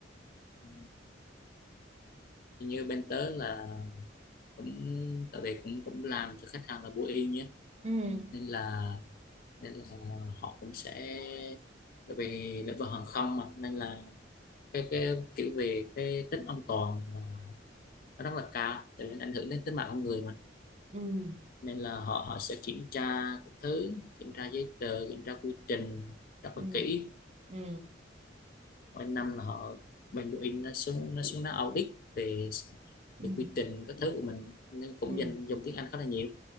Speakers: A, on the left; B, on the right.
A: Ừ. như bên tớ là cũng tại vì cũng cũng làm cho khách hàng là bố y nhé
B: ừ
A: nên là nên là họ cũng sẽ tại vì lĩnh vực hàng không mà nên là cái cái kiểu về cái tính an toàn là nó rất là cao tại vì ảnh hưởng đến tính mạng con người mà
B: ừ
A: nên là họ họ sẽ kiểm tra các thứ kiểm tra giấy tờ kiểm tra quy trình rất
B: ừ
A: là kỹ
B: ừ
A: mỗi năm là họ bên Boeing nó xuống nó xuống nó audit về
B: ừ
A: về quy trình các thứ của mình nên cũng
B: ừ
A: dành dùng tiếng Anh khá là nhiều